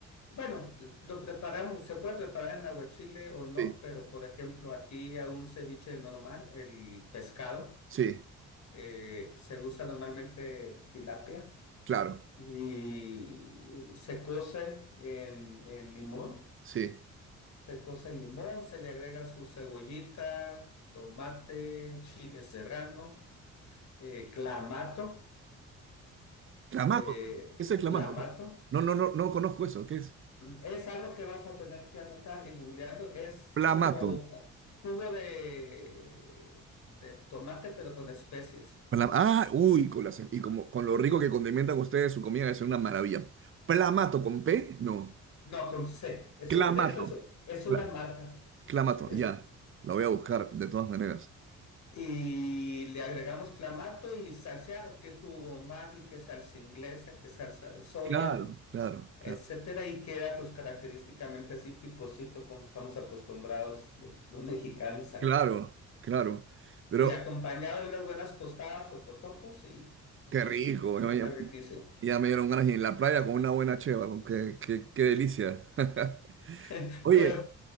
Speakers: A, on the left; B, on the right.
A: bueno, lo preparamos, se puede preparar en aguachile o no,
B: Sí,
A: pero por ejemplo, aquí a un ceviche normal, el pescado,
B: sí,
A: eh, se usa normalmente tilapia
B: claro.
A: y se cose en en limón.
B: Sí.
A: Se cose el limón, se le agrega su cebollita, tomate, chile serrano, eh, clamato,
B: Clamato.
A: eh,
B: ¿Qué es el clamato?
A: clamato.
B: No, no, no, no conozco eso. ¿Qué es?
A: Es algo que vas a tener que anotar y googleando. Es
B: Plamato.
A: como ju- jugo de, de tomate, pero con especies.
B: Pla- ah, uy, con las- y como, con lo rico que condimentan ustedes su comida, es una maravilla. Plamato con P, no.
A: No, con C. Es
B: Clamato.
A: u- de hecho, es, u- es una
B: Cla-
A: marca.
B: clamato,
A: Es,
B: ya. Lo voy a buscar de todas maneras.
A: y le agregamos clamato y salsa, que jugo Maggi, que salsa inglesa, que salsa de soya.
B: Claro, claro, claro.
A: etcétera, y queda pues característicamente así picosito como estamos acostumbrados los, los mexicanos a-
B: Claro, claro. Pero
A: Y acompañado de unas buenas tostadas o totopos y,
B: qué
A: y
B: rico. Ya, ya-
A: es riquísimo.
B: ya me dieron ganas y en la playa con una buena cheva. con Qué, qué, qué delicia. <laughs>
A: <laughs>
B: Oye.
A: Co-